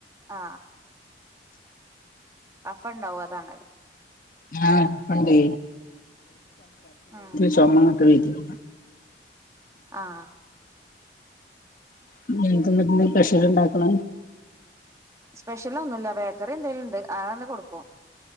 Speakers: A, on the right; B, on the left.
A: ആ അഫം ഇണ്ടാവു അതാണ് അത്
B: ആ പണ്ടേ
A: ഉം
B: <unintelligible>
A: ആ
B: <unintelligible> പ്രഷർ ഇണ്ടാക്കണ
A: സ്പെഷ്യല ഒന്നുല്ല ബേക്കറി എന്തെലുണ്ട് അതങ്ങ് കൊടുക്കും